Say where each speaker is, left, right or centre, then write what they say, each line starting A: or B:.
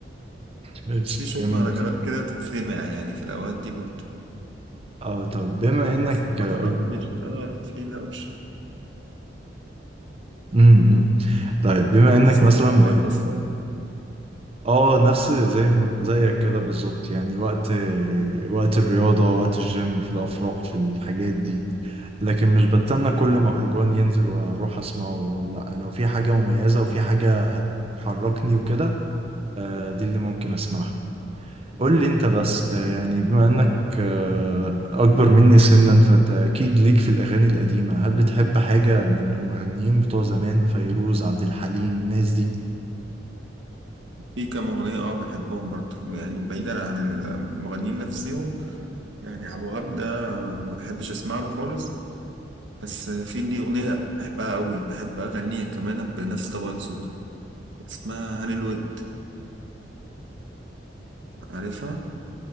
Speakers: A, on the right (about 35°); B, on the right (about 85°).
A: ماشي
B: بس في شوية
A: جميل
B: مهرجانات كده تتسمع يعني في الأوقات دي برضه
A: اه طب بما
B: أما
A: انك
B: في الأفراح
A: آه،
B: بيشتغل فيه ده وش
A: امم إمم. طيب بما
B: أنت
A: انك
B: بتسمع
A: مثلا
B: مهرجانات أصلا
A: اه نفس زي ما- زيك كده بالظبط يعني وقت وقت الرياضة وقت الجيم في الأفراح في الحاجات دي لكن مش بستنى كل مهرجان ينزل وأروح أسمعه وأروح لأ لو في حاجة مميزة وفي حاجة هتحركني وكده آه، دي اللي ممكن أسمعها قول لي أنت بس آه، يعني بما إنك آه، أكبر مني سنا فأنت أكيد ليك في الأغاني القديمة هل بتحب حاجة من المغنيين بتوع زمان فيروز عبد الحليم الناس دي؟
B: في كام أغنية أه بحبهم برضه يعني بعيدا عن المغنيين نفسهم يعني أبو وهاب ده ما بحبش أسمع له خالص بس في لي أغنية بحبها قوي بحب أغنيها كمان بنفس طبقة صوته اسمها هاني الود عارفها؟